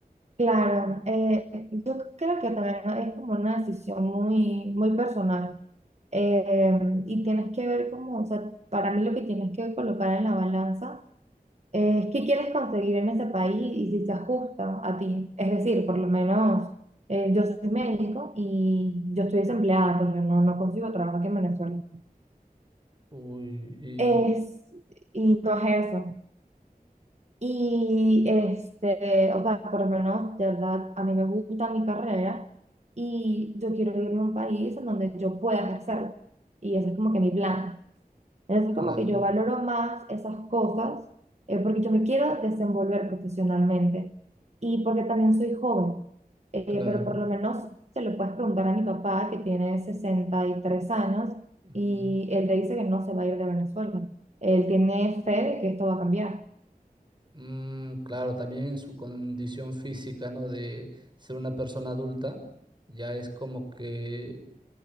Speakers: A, on the right; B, on the right.
A: claro, eh, yo creo que también es como una decisión muy, muy personal. Eh, y tienes que ver como, o sea, para mí lo que tienes que colocar en la balanza es qué quieres conseguir en ese país y si se ajusta a ti. Es decir, por lo menos eh, yo soy médico y yo estoy desempleada, pues yo no, no consigo trabajo aquí en Venezuela.
B: Uy, y
A: Es, y no ejerzo. Y este, o sea, por lo menos, de verdad, a mí me gusta mi carrera y yo quiero irme a un país en donde yo pueda ejercerlo. Y ese es como que mi plan. Entonces,
B: claro,
A: como que yo valoro más esas cosas eh, porque yo me quiero desenvolver profesionalmente y porque también soy joven, Eh,
B: claro.
A: pero por lo menos se lo puedes preguntar a mi papá que tiene 63 años
B: Ujú.
A: y él te dice que no se va a ir de Venezuela. Él tiene fe de que esto va a cambiar.
B: Mm, claro, también en su condición física, ¿no? De ser una persona adulta, ya es como que